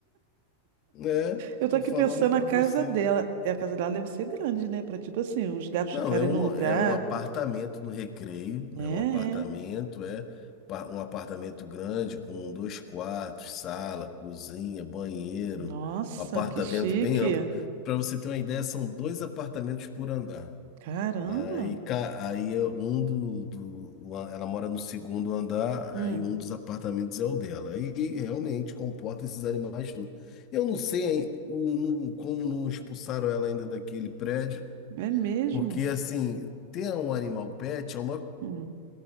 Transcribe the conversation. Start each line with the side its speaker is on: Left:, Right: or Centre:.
Left: É,
Right: Eu
Left: estou
Right: tô aqui
Left: falando
Right: pensando
Left: para
Right: na casa
Left: você.
Right: dela. E a casa dela deve ser grande, né? Pra, tipo assim, os gatos
Left: Não,
Right: ficarem
Left: é um,
Right: no lugar.
Left: é um apartamento no Recreio, né?
Right: É,
Left: Um apartamento,
Right: é.
Left: é pa- um apartamento grande com dois quartos, sala, cozinha, banheiro,
Right: Nossa,
Left: um apartamento
Right: que chique.
Left: bem amplo. Para você ter uma ideia, são dois apartamentos por andar.
Right: Caramba.
Left: Aí, ca- aí é um do, do, o a- ela mora no segundo andar,
Right: Hum,
Left: aí um dos apartamentos é o dela. E realmente comporta esses animais todos. Eu não sei hein, o- no- como não expulsaram ela ainda daquele prédio.
Right: é mesmo.
Left: Porque, assim, ter um animal pet é uma.
Right: Hum,